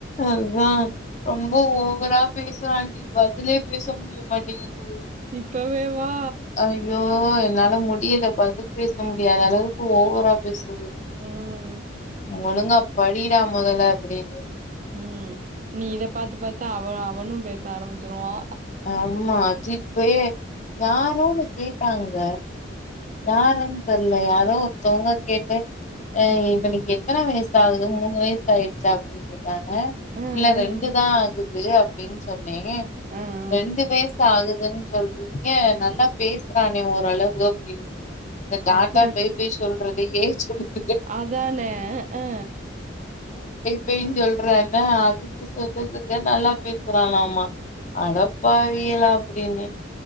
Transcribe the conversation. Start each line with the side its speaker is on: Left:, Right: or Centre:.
Left: அதா ரொம்ப ஓவரா பேசுறாண்டி பதிலே பேச முடிய மாட்டேங்கிது
Right: இப்பவேவா
Left: அய்யோ என்னால மு டியில பதில் பேச முடியாத அளவுக்கு ஓவரா பேசு
Right: ம்
Left: <inaudible> ஒழுங்கா படிடா முதல்ல அப்புடீன்னு
Right: ம் நீ இத பாத்து பாத்து அவ அவனு பேச ஆரம்பிச்சிருவா
Left: ஆமா சி இப்பயே யாரோனு கேட்டாங்க யாருன் தெர்ல யாரோ ஒருத்தவுங்க கேட்டு அ
Right: ம்
Left: இவனுக்கெத் த்தன வயசாகுது மூணு வயஸாய்டுச்சா அப்டின் கே ட்டாங்க
Right: ம் ம்
Left: இல்ல ரெண்டு தா ஆகுது அப் டின் சொ ன்னே
Right: ம் ம்
Left: ரெண்டு வயஸ் சாகுதுன் சொல்றீங்க நல்லா பேசுறானே ஓரளவு அப்டின்ட்டு இந்த டாட்டா
Right: அப்டி
Left: பய் பய் சொல்றது ஏஜ் <inaudible>
Right: அதானே ஆ
Left: அப்டின் சொல்ற ந அதுக்கு சொல்லுதுங்க நல்லா பேசுறானாமா அடப் பாவிகளா அப்டின்னு